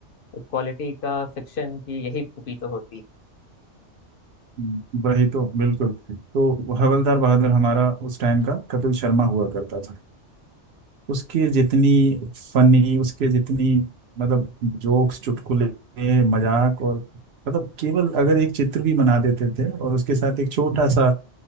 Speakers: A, on the left (about 60°); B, on the right (about 60°).
A: क्वालिटी का फिक्शन की यही खूबी तो होती है
B: हम्म, वही तो बिल्कुल तो हवलदार बहादुर हमारा उस टाइम का कपिल शर्मा हुआ करता था उसके जितनी फनी उसके जितनी मतलब जोक्स चुटकुले मजाक और मतलब केवल अगर एक चित्र भी बना देते थे और उसके साथ एक छोटा सा